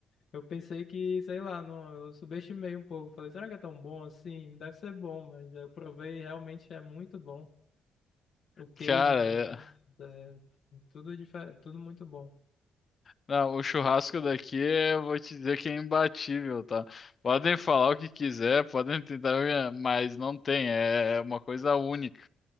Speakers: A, on the left (about 60°); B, on the left (about 40°).
A: Eu pensei que, sei lá, não, eu subestimei um pouco. Falei, será que é tão bom assim? Deve ser bom, mas eu provei, e realmente é muito bom. O queijo
B: Cara,
A: de
B: é.
A: Minas, é tudo, difer- tudo muito bom.
B: Não, o churrasco daqui, eu vou te dizer que é imbatível, tá? Podem falar o que quiser, podem tentar, mas não tem, é uma coisa única.